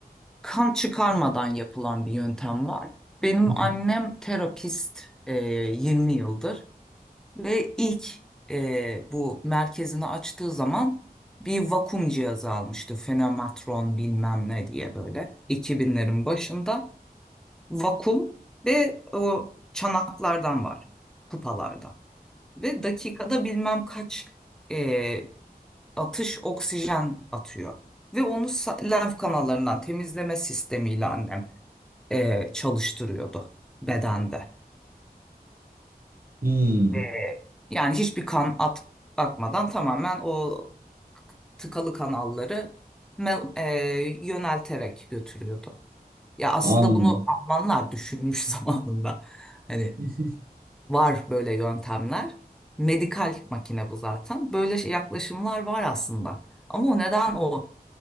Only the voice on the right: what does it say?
<laughs>
Hmm,
anladım.
<laughs>